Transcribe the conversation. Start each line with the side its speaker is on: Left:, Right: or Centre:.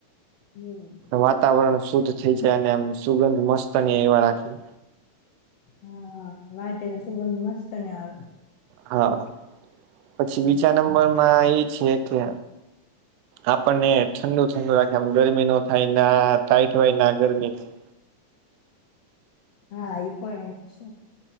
Left: હમ.
Right: વાતાવરણ શુદ્ધ થઈ જાય અને એમ સુગંધ મસ્તની એવા રાખે.
Left: હા માટે સુગંધ મસ્તને આવે.
Right: હા પછી
Left: હમ
Right: બીજા નંબર એ છે કે આપણને ઠંડુ ઠંડુ લાગેમ ગરમી નો થ ના ટાઈટ હોય ના ગરમી થાય
Left: હા એ પણ એ છે